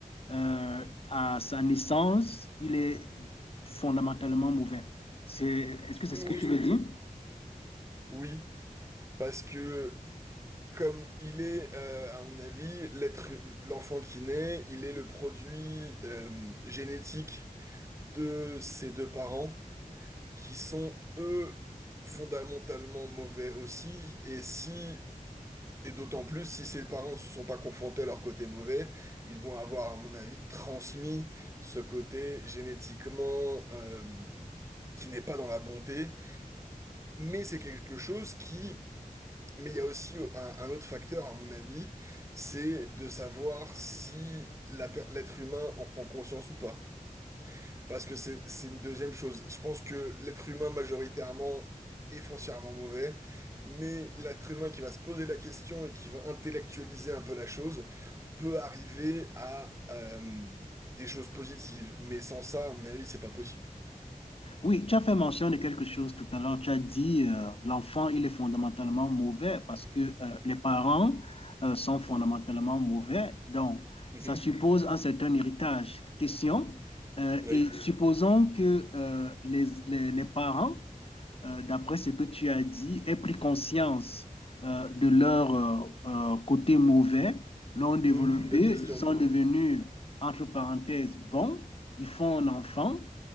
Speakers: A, on the left (about 45°); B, on the right (about 20°).
A: euh, à sa naissance, il est fondamentalement mauvais? C'est, est-ce que c'est
B: Oui.
A: ce que tu veux dire?
B: Oui, parce que comme il est, euh, à mon avis, l'être, l'enfant qui naît, il est le produit euh, génétique de ses deux parents qui sont, eux, fondamentalement mauvais aussi. Et si Et d'autant plus si ses parents ne se sont pas confrontés à leur côté mauvais, ils vont avoir, à mon avis, transmis ce côté génétiquement euh, qui n'est pas dans la bonté. Mais c'est quelque chose qui... Mais il y a aussi un, un autre facteur, à mon avis, c'est de savoir si la per- l'être humain en prend conscience ou pas. Parce que c'est c'est une deuxième chose. Je pense que l'être humain majoritairement est foncièrement mauvais, mais l'être humain qui va se poser la question et qui va intellectualiser un peu la chose peut arriver à euh, des choses positives. Mais sans ça, à mon avis, c'est pas possible.
A: Oui, tu as fait mention de quelque chose tout à l'heure. Tu as dit euh, l'enfant, il est fondamentalement mauvais parce que euh, les parents euh, sont fondamentalement mauvais. Donc,
B: Mhm.
A: ça suppose un certain héritage. Question. euh,
B: Oui,
A: et supposons que euh, les, les, les parents, euh, d'après ce que tu as dit, aient pris conscience euh, de leur euh, euh, côté mauvais, l'ont développé,
B: Mmh, c'est une bonne question.
A: sont devenus, entre parenthèses, bons, ils font un enfant.